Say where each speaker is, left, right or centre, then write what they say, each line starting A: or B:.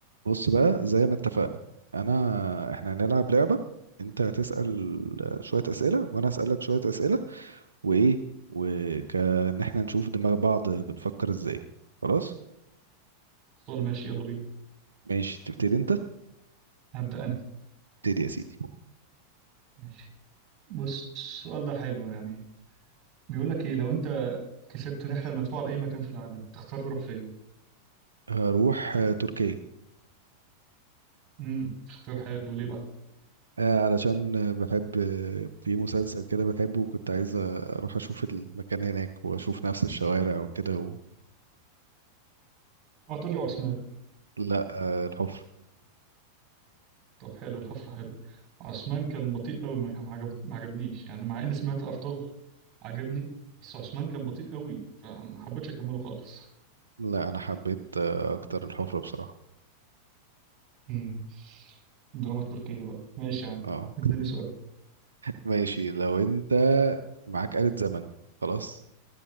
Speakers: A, on the right; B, on the right.
A: بص بقى زي ما اتفقنا انا احنا هنلعب لعبة انت هتسأل شوية أسئلة وانا هسألك شوية أسئلة وايه وكان احنا نشوف دماغ بعض بنفكر ازاي خلاص
B: خلصانة ماشي يلا بينا
A: ماشي تبتدي انت
B: هبدأ أنا
A: ابتدي يا سيدي
B: ماشي بص السؤال ده حلو يعني بيقول لك إيه لو أنت كسبت رحلة المدفوعة لأي مكان في العالم تختار تروح فين؟
A: هروح آه، تركيا
B: امم اختيار حلو ليه بقى؟
A: آه، علشان آه، بحب آه، في مسلسل كده بحبه وكنت عايز اروح اشوف المكان هناك واشوف نفس الشوارع وكده و...
B: اوعى تقول لي عثمان
A: لا آه، الحفرة
B: طب حلو الحفرة حلو عثمان كان بطيء قوي ما ما عجب... ما عجبنيش يعني مع إني سمعت أرطغرل عجبني بس عثمان كان بطيء قوي فما حبيتش أكمله خالص
A: لا انا حبيت آه، اكتر الحفرة بصراحة
B: امم الدراما التركية بقى ماشي يا عم
A: اه
B: اديني سؤال
A: ماشي لو انت معاك آلة زمن خلاص